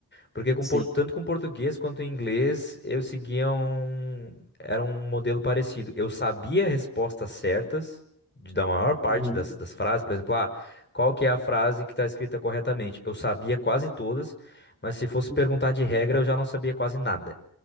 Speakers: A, on the left (about 30°); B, in the centre.
A: Porque com,
B: Sim.
A: por- tanto com português quanto em inglês eu seguia um, era um modelo parecido. Eu sabia respostas certas de- da maior parte
B: Uhum.
A: das, das frases, por exemplo, ah, qual que é a frase que está escrita corretamente? Eu sabia quase todas, mas se fosse
B: Uhum.
A: perguntar de regra eu já não sabia quase nada.